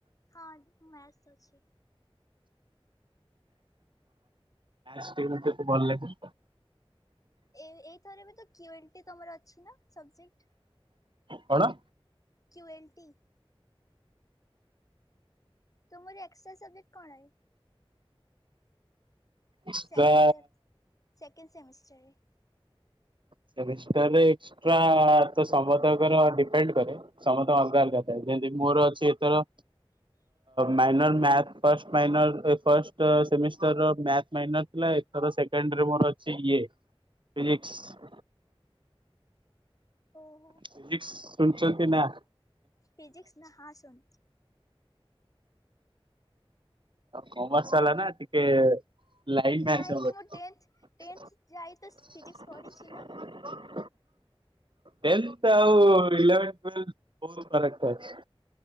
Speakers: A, on the left; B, on the right.
A: ହଁ ମ୍ୟାସ୍ ଅଛି।
B: ଷ୍ଟିମ୍ କେତେ ଭଲଲାଗେ?
A: ଏ ଏଇଥର ବି ତୁ କ୍ୱିଲ୍ଟି ତମର ଅଛି ନା ସବଜେକ୍ଟ?
B: କଣ?
A: କ୍ୟୁଏଣ୍ଟି। ତୁମର ଏକ୍ସଷ୍ଟ୍ରା ସବଜେକ୍ଟ କଣ ଏ?
B: ଏକ୍ସଟ୍ରା
A: ସେ ସେ ସେକେଣ୍ଡ ସେମିଷ୍ଟାର।
B: ସେମିଷ୍ଟାରରେ ଏକଷ୍ଟ୍ରା ତ ସମସ୍ତଙ୍କର ଡିପେଣ୍ଡ କରେ। ସମସ୍ତଙ୍କ ଅଲଗା ଅଲଗା ଥାଏ ଯେମିତି ମୋର ଅଛି ଏଥର।
A: ହୁଁ
B: ମାଇନର୍ ମ୍ୟାଥ ଫଷ୍ ମାଇନର ଏ ଫଷ୍ଟ ସେମିଷ୍ଟାର ର ମ୍ୟାଥ ମାଇନର ଏଥର ସେକେଣ୍ଡରେ ମୋର ଅଛି ଇଏ। ଫିଜିିକ୍ସ।
A: ଓହୋ
B: ଫିଜିକ୍ସ ଶୁଣିଚନ୍ତି ନାଁ?
A: ଫିଜିକ୍ସ ନା ହଁ ଶୁ
B: କମର୍ସ ବାଲା ନା ଟିକେ ଲାଇନ୍
A: କାହିଁକି
B: <unintelligible>
A: ମୁଁ ଟେନ୍ଥ ଟେନ୍ଥ ଯାଇ ତ ଫିଜିକ୍ସ ପଢିଛି ନା।
B: ଟେନ୍ଥ ଆଉ ଇଲେବେନ୍ଥ <unintelligible> ବହୁତ୍ ଫରକ୍ ଅଛି।